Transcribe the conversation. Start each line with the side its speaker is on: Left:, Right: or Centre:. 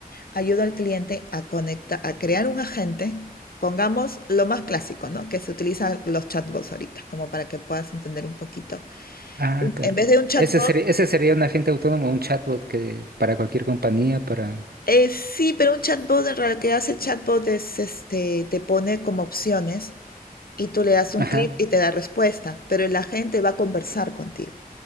Left: ayudo al cliente a conectar, a crear un agente. Pongamos lo más clásico, ¿no? Que se utilizan los chatbots ahorita, como para que puedas entender un poquito.
Right: Ah, claro.
Left: En vez de un chatbot,
Right: Ese sería, ese sería un agente autónomo, un chatbot que para cualquier compañía, para...
Left: Eh, sí, pero un chatbot, en realidad, que hace el chatbot es, este, te pone como opciones y tú le das un
Right: Ajá.
Left: clic y te da respuesta, pero la gente va a conversar contigo.